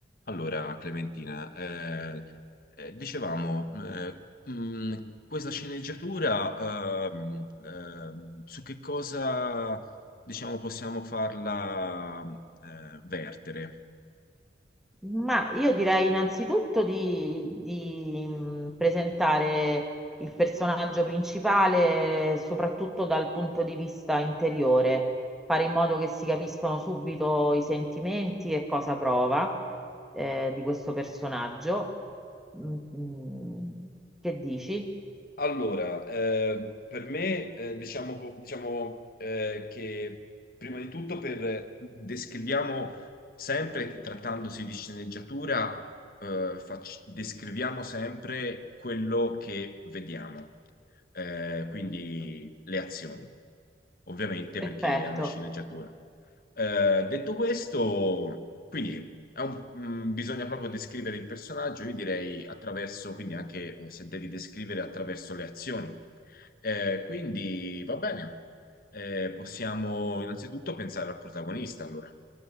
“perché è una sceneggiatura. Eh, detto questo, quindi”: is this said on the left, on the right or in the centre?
Left